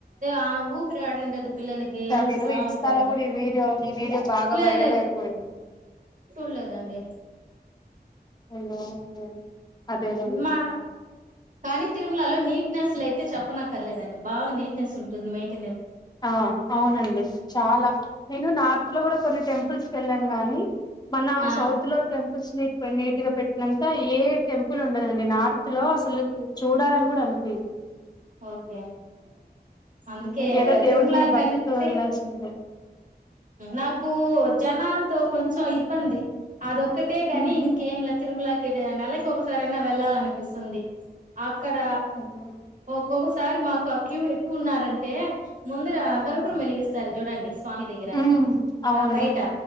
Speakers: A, on the right; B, on the left.
A: ఆ ఊపిరాడ్ డదు పిల్లలకి ఏడుస్తా
B: మీరు ఇన్స్టాలో
A: ఉంటరు
B: కూడా ఈ వీడియో ఈ వీడియో బాగా
A: లే
B: వైరల్
A: లేదు
B: అయిపోయింది
A: చూల్లేదండి
B: అయ్యో ఓకే అదేనండి
A: మా కానీ తిరుమలలో నీట్ నెస్ లయితే చెప్పనకర్లేదండి బాగా నీట్నెస్ ఉంటున్ది మెయిన్
B: ఆ అవునండి చాలా నేను నార్త్ లో గూడ కొన్ని టెంపుల్స్కి వెళ్ళాను గాని మన
A: ఆ
B: సౌత్ లో టెం స్ నీట్ గా పెట్టినంత ఏ టెంపుల్ ఉండదండి నార్త్ లో అసలు చూడాలని కూడా జ
A: ఓకే అందుకే
B: ఇంకేదో దేవుడి
A: తిరుమల
B: మీద
A: కంటె
B: భక్తితో వెళ్ళాల్సి ఉంటది
A: నాకు జనాలతో కొంచెం ఇబ్బంది అదొక్కటే గాని
B: ఉమ్,
A: ఇంకేంలా తిరుమలకి నెలకి ఒకసార అయినా వెళ్ళాలనిపిస్తుంది అక్కడ
B: అదే అదే
A: ఒక్కొక్కసారి మాకు అ క్యూ ఎక్కువ ఉన్నారంటే ముందర
B: ఉమ్.
A: కర్పూరం వెలిగిస్తారు చూడండి మీ దగ్గర
B: హ్మ్ అవును.
A: ఆ బయట